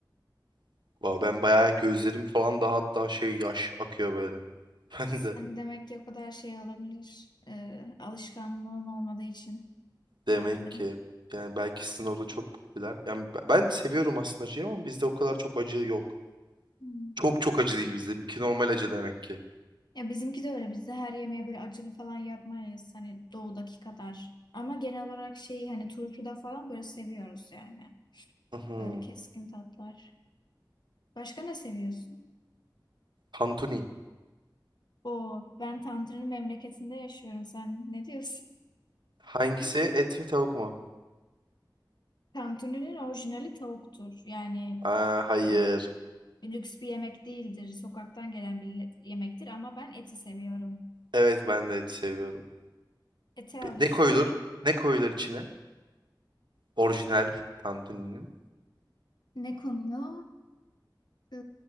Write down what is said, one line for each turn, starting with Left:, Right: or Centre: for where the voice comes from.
Right: <laughs> Vay, ben bayağı gözlerim falan da hatta şey yaş akıyor böyle. <laughs> Ben
Left: Sen
Right: de.
Left: demek ki o kadar şey olabilir e, alışkanlığın olmadığı için
Right: Demek
Left: belki de.
Right: ki yani belki sizin orada çok popüler. Yani b- ben de seviyorum aslında acıyı ama bizde o kadar çok acı yok.
Left: Hmm.
Right: Çok çok acı değil bizde. Ki normal acı demek ki.
Left: Ya bizimki de öyle bizde her yemeğe böyle acılı falan yapmayız hani doğudaki kadar. Ama genel olarak şeyi hani turşuda falan böyle seviyoruz yani.
Right: Hı
Left: Öyle keskin tatlar. Başka ne seviyorsun?
Right: Tantuni.
Left: O ben Tanrı'nın memleketinde yaşıyorum sen ne diyorsun?
Right: Hangisi?
Left: <laughs>
Right: Et mi tavuk mu?
Left: Tantuninin orijinali tavuktur. Yani
Right: Aa, hayır.
Left: e, lüks bir yemek değildir. Sokaktan gelen bir yemektir ama ben eti seviyorum.
Right: Evet ben de et seviyorum.
Left: Ete
Right: Pe-
Left: alıştım.
Right: Ne koyulur? Ne koyulur içine? Orijinal tantuninin.
Left: Ne konuyor? Ee,